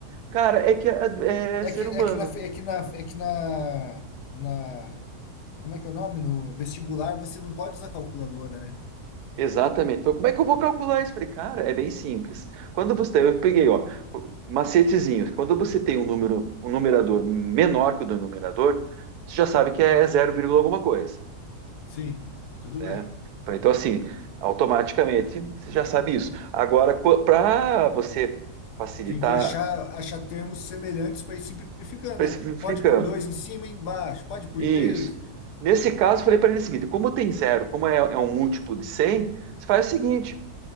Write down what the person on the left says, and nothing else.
É
que, é
que na, fe- é que na, é que na, na, como é que é o nome? No vestibular você não pode usar calculadora, né?
Sim, tudo
bem.
Tem que achar, achar termos semelhantes para ir simplificando,
né? Pode por dois em cima e embaixo, pode por
três.